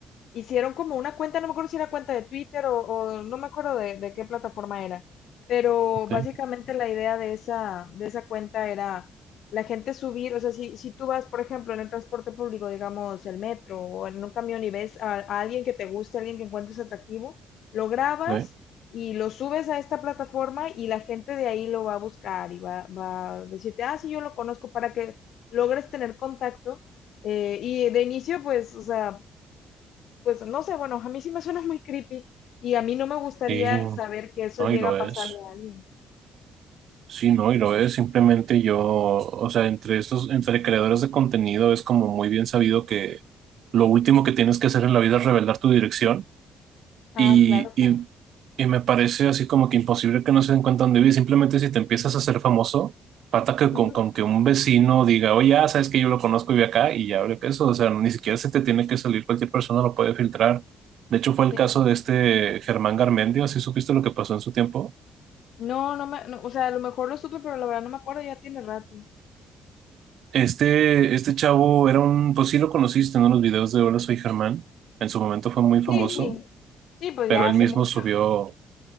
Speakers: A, on the left; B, on the right.
A: hicieron como una cuenta, no me acuerdo si era cuenta de Twitter o, o no me acuerdo de, de qué plataforma era, pero
B: ok,
A: básicamente la idea de esa, de esa cuenta era la gente subir, o sea, si, si tú vas, por ejemplo, en el transporte público, digamos, el metro o en un camión y ves a, a alguien que te guste, a alguien que encuentres atractivo, lo grabas
B: ok.
A: y lo subes a esta plataforma y la gente de ahí lo va a buscar y va, va a decirte, ah, sí, yo lo conozco para que logres tener contacto. Eh, y de inicio, pues, o sea, pues no sé, bueno, a mí sí me suena muy creepy y a mí no me gustaría
B: Sí,
A: saber que eso
B: no,
A: llega
B: y lo
A: a
B: es.
A: pasarle a alguien.
B: Sí, no, y lo es. Simplemente yo, o sea, entre estos, entre creadores de contenido es como muy bien sabido que lo último que tienes que hacer en la vida es revelar tu dirección.
A: Ah,
B: Y,
A: claro,
B: y,
A: claro.
B: y me parece así como que imposible que no se den cuenta dónde vive. Simplemente si te empiezas a hacer famoso, falta que
A: Ujú,
B: con, con que un vecino diga, oye, ah, sabes que yo lo conozco y vive acá y ya abre peso. O sea, ni siquiera se te tiene que salir, cualquier persona lo puede filtrar. De hecho, fue el
A: sí.
B: caso de este Germán Garmendia, si supiste lo que pasó en su tiempo.
A: No, no me, no, o sea, a lo mejor lo supe, pero la verdad no me acuerdo, ya tiene rato.
B: Este, este chavo era un, pues sí lo conociste ¿no? en unos videos de Hola, soy Germán. En su momento fue muy
A: Sí,
B: famoso,
A: sí, sí, pues
B: pero
A: ya
B: él
A: hace
B: mismo
A: mucho.
B: subió